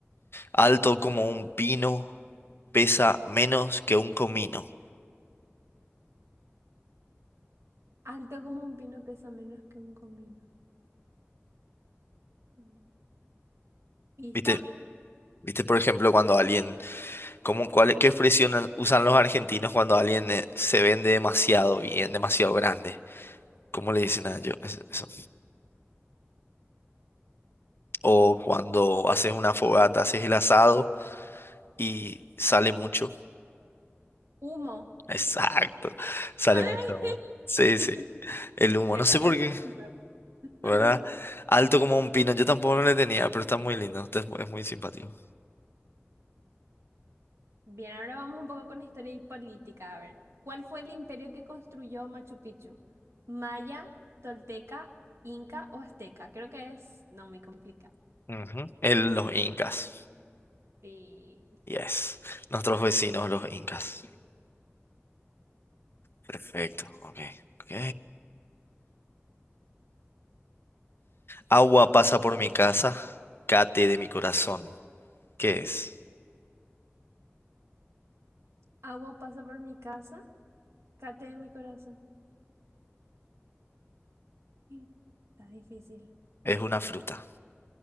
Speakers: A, on the left (about 55°); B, on the right (about 85°).
A: alto como un pino, pesa menos que un comino.
B: Alto como un pino pesa menos que un comino. Mm. Pista.
A: ¿Viste? ¿Viste, por ejemplo, cuando alguien, como cuál, qué expresión a- usan los argentinos cuando alguien eh, se vende demasiado bien, demasiado grande? ¿Cómo le dicen a ellos es- eso? O cuando haces una fogata, haces el asado y sale mucho.
B: Humo.
A: Exacto, sale
B: Ay,
A: mucho. humo. Sí,
B: <laughs>
A: sí, el humo,
B: Eso,
A: no sé
B: eso
A: por qué,
B: es nuevo, <laughs>
A: ¿verdad?
B: ¿verdad?
A: Alto como un pino, yo tampoco no le tenía, pero está muy lindo, está- es muy simpático.
B: Bien, ahora vamos un poco con historia y política. A ver, ¿cuál fue el imperio que construyó Machu Picchu? ¿Maya, Tolteca, Inca o Azteca? Creo que es no muy complicado.
A: Ujú. El- los incas.
B: Sí.
A: Yes. Nuestros vecinos, los incas. Perfecto. Ok. Ok. Agua pasa por mi casa. Cate de mi corazón. ¿Qué es?
B: Agua pasa por mi casa, cate de mi corazón. <gasps> Está difícil.
A: Es una fruta.